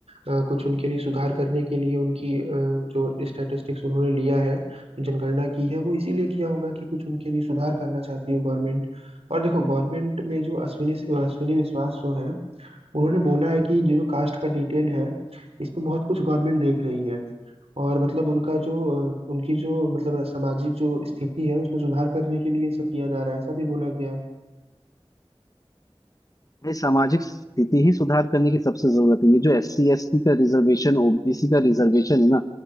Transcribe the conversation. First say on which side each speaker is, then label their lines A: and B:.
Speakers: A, on the right (about 85°); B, on the left (about 35°).
A: अ, कुछ उनके लिए सुधार करने के लिए उनकी अ, जो स्टैटिस्टिक्स उन्होंने लिया है जनगणना की है वो इसीलिए किया होगा कि कुछ उनके लिए सुधार करना चाहती है गवर्नमेंट और देखो गवर्नमेंट में जो अश्विनी अश्विनी विश्वास जो है उन्होंने बोला है कि ये जो कास्ट का डिटेल है इसमें बहुत कुछ गवर्नमेंट देख रही है और मतलब उनका जो अ, उनकी जो मतलब सामाजिक जो स्थिति है उसमें सुधार करने के लिए ये सब किया जा रहा है ऐसा भी बोला गया है
B: ये सामाजिक स्थिति ही सुधार करने की सबसे जरूरत है ये जो एस सी एस टी का रिजर्वेशन ओबीसी का रिजर्वेशन है ना